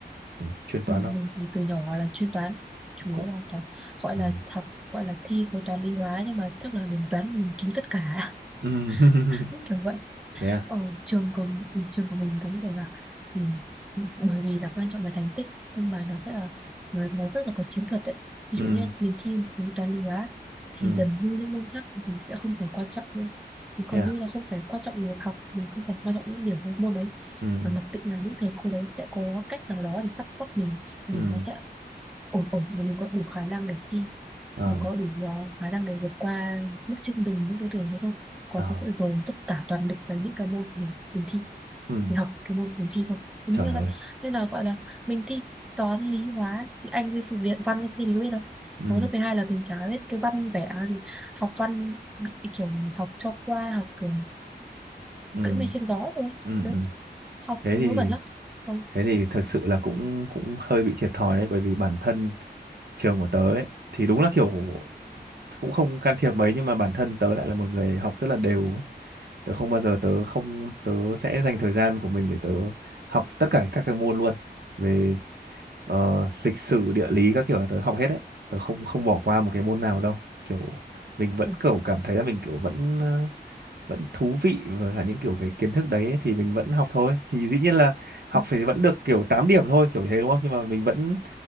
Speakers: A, on the right (about 65°); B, in the centre.
A: ừ, chuyên toán
B: Ừ,
A: không
B: mình thì từ nhỏ là chuyên toán chủ yếu
A: cũng
B: là toán gọi
A: ừ.
B: là học gọi là thi khối toán lý hóa nhưng mà chắc là đến toán mình kín tất cả
A: Ừ. <laughs>
B: <laughs> Đúng kiểu vậy
A: thế à
B: ở trường của ừ, trường của mình đúng rồi là ừ, bởi vì là quan trọng về thành tích nhưng mà nó sẽ là nó, nó rất là có chiến thuật đấy ví
A: ừ
B: dụ như mình thi khối toán lý hóa thì
A: ừ
B: gần như những môn khác thì mình sẽ không phải quan trọng nữa còn
A: thế à
B: như là không phải quan trọng việc học mình không cần quan trọng những điểm trong môn đấy
A: ừ
B: mà mặc định là những thầy cô đấy sẽ có cách nào đó để support mình điểm
A: ừ
B: nó sẽ ổn ổn để mình có đủ khả năng để thi
A: ờ
B: mình có đủ ờ, khả năng để vượt qua mức trung bình những cái đường đấy không còn
A: ờ
B: nó sẽ dồn tất cả toàn lực vào những cái môn mình mình thi
A: ừ
B: mình học cái môn mình thi thôi đúng
A: trời
B: như vậy
A: ơi
B: nên là gọi là mình thi toán lý hóa thì anh với phụ viện văn thì mình có biết đâu
A: ừ
B: hồi lớp 12 là mình chả biết cái văn vẽ gì. học văn bị kiểu học cho qua học kiểu
A: ừ
B: cưỡi mây xem gió thôi
A: ừ
B: đấy
A: ừ.
B: học
A: thế
B: ngớ
A: thì
B: bẩn lắm còn
A: thế thì thực sự là cũng cũng hơi bị thiệt thòi đấy bởi vì bản thân trường của tớ ấy thì đúng là kiểu cũng không can thiệp mấy nhưng mà bản thân tớ lại là một người học rất là đều ấy tớ không bao giờ tớ không tớ sẽ dành thời gian của mình để tớ học tất cả các cái môn luôn về ờ, lịch sử địa lý các kiểu là tớ học hết đấy tớ không không bỏ qua một cái môn nào đâu kiểu mình vẫn
B: ừ,
A: kiểu cảm thấy là mình kiểu vẫn vẫn thú vị và cả những kiểu cái kiến thức đấy ấy, thì mình vẫn học thôi thì dĩ nhiên là học
B: ừ,
A: phải vẫn được kiểu 8 điểm thôi kiểu thế đúng không nhưng mà mình vẫn